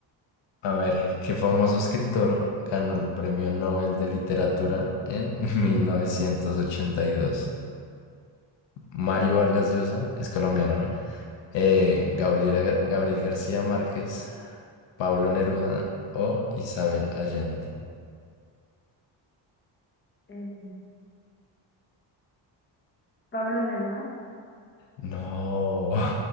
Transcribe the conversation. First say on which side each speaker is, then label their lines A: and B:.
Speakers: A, on the left; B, on the left.
A: A ver, ¿qué famoso escritor ganó el Premio Nobel de Literatura en <laughs> 1982? Mario Vargas Llosa, es colombiano, ¿no? Eh, Gabriela Gar- Gabriel García Márquez, Pablo Neruda o Isabel Allende.
B: Eh, Pablo Neruda.
A: No.